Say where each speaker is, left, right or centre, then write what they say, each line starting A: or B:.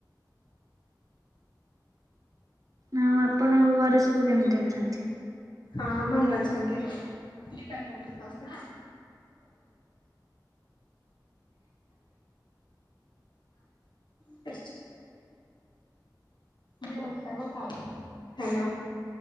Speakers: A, on the right (about 50°); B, on the left (about 80°).
A: ଆଉ ଆପଣଙ୍କ ଘରେ ସବୁ କେମିତି ଅଛନ୍ତି?
B: ହଁ ଭଲ ଅଛନ୍ତି। ଡିପାଟମେଣ୍ଟରେ ସମସ୍ତେ। <unintelligible> <unintelligible> <unintelligible> ହ୍ୟାଲୋ।